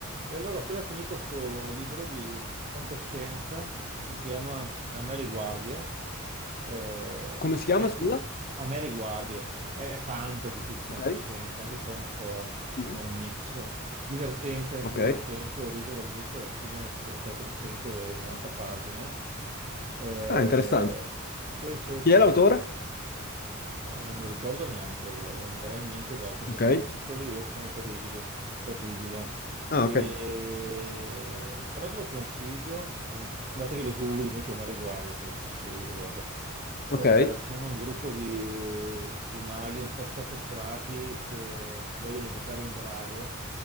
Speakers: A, on the right; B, on the left.
A: E allora ho appena finito sto libro di fantascienza che si chiama A me le guardie. Eh,
B: Come
A: è-
B: si chiama,
A: è
B: scusa?
A: pi- a me le guardie. È, è fantasy più che fantascienza,
B: Ok.
A: anche se è un po', un
B: Mm.
A: po' un mix. Divertente,
B: Ok.
A: divertente. Ho riso dall'inizio alla fine delle 490 pagine. Eh,
B: Ah, interessante.
A: sì, sì, sì.
B: Chi è l'autore?
A: Eh, Non me lo ricordo neanche, guarda, mi verrà in mente dopo
B: Ok.
A: perché quei titoli io sono terribili, terribile.
B: Ah,
A: E...
B: ok.
A: Però te lo consiglio, eh, basta che lo googli, metti a me le guardie, ti esce subito, guarda.
B: Ok.
A: Eh, sono un gruppo di, di maghi un po' scapestrati che vogliono evocare un drago